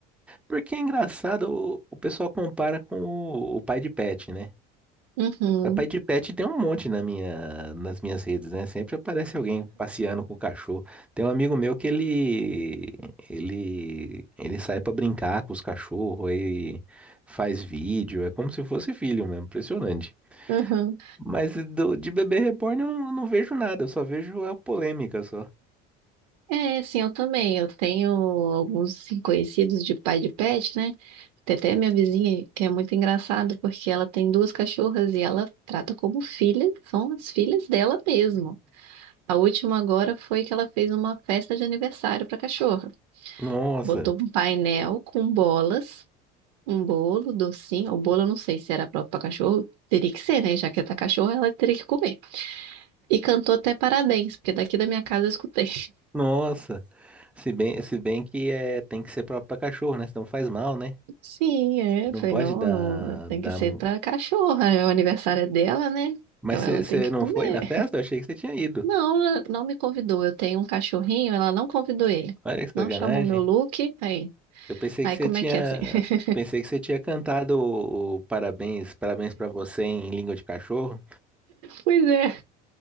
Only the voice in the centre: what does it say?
Porque é engraçado, o, o pessoal compara com o, o pai de pet, né?
O pai de pet tem um monte na minha, nas minhas redes, né? Sempre aparece alguém passeando com o cachorro. Tem um amigo meu que ele, ele, ele sai pra brincar com os cachorros, aí faz vídeo, é como se fosse filho mesmo, impressionante.
Mas do- de bebê reborn eu não, eu não vejo nada, eu só vejo a polêmica só.
Nossa,
nossa. Se bem, se bem que é, tem que ser pra, pra cachorro, né? Senão faz mal, né?
Não
pode
dar,
dar...
mu-
Mas
você
não
foi na festa? Eu achei que você tinha ido.
Olha que
sacanagem.
Eu pensei
que você
tinha...
Pensei que você tinha cantado o, o parabéns, parabéns pra você em língua de cachorro.